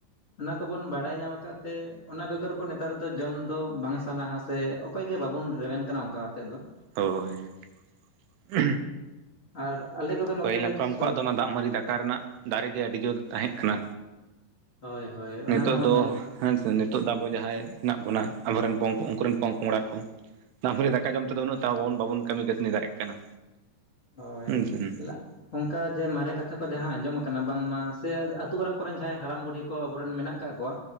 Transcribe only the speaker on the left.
ᱚᱱᱟ ᱠᱚᱵᱚᱱ ᱵᱟᱲᱟᱭ ᱧᱟᱢ ᱟᱠᱟᱜ ᱛᱮ ᱚᱱᱟ ᱵᱮᱜᱚᱨ ᱠᱚ ᱱᱮᱛᱟᱨ ᱫᱚ ᱡᱚᱢ ᱫᱚ ᱵᱟᱝ ᱥᱟᱱᱟᱦᱟ ᱥᱮ ᱚᱠᱚᱭ ᱜᱮ ᱵᱟᱵᱚᱱ ᱨᱮᱵᱮᱱ ᱠᱟᱱᱟ ᱚᱱᱠᱟ ᱠᱟᱛᱮᱫ ᱫᱚ
ᱟᱨ ᱟᱞᱮ ᱠᱚᱫᱚ ᱱᱚᱛᱮ
ᱥᱚᱵ
ᱦᱳᱭ ᱦᱳᱭ ᱚᱱᱟ
ᱦᱚᱸ
ᱧᱮᱞ
ᱦᱳᱭ
ᱞᱟᱜ ᱚᱝᱠᱟ ᱡᱮ ᱢᱟᱨᱮ ᱠᱟᱛᱷᱟ ᱠᱚ ᱡᱟᱦᱟᱸ ᱟᱸᱡᱚᱢ ᱟᱠᱟᱱᱟ ᱵᱟᱝᱢᱟ ᱥᱮ ᱟᱹᱛᱩ ᱚᱨᱟᱜ ᱠᱚᱨᱮᱱ ᱡᱟᱦᱟᱸᱭ ᱦᱟᱨᱟᱢ ᱵᱩᱰᱷᱤ ᱠᱚ ᱟᱵᱚᱨᱮᱱ ᱢᱮᱱᱟᱜ ᱠᱟᱜ ᱠᱚᱣᱟ